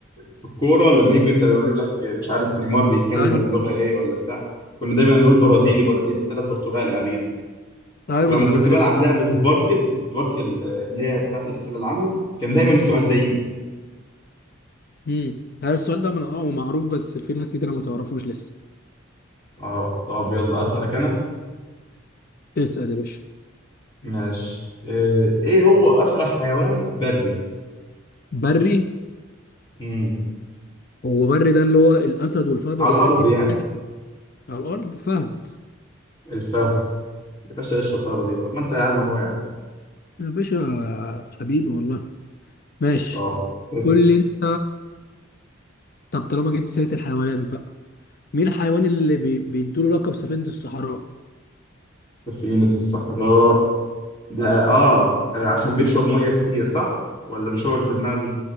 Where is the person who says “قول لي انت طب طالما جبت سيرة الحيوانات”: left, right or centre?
Left